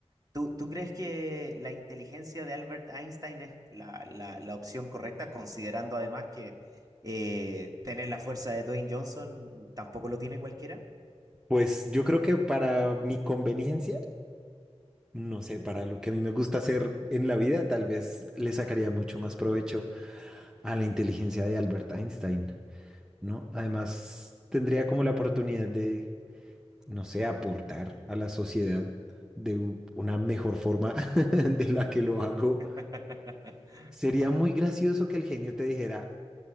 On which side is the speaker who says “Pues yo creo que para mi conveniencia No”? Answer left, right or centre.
Centre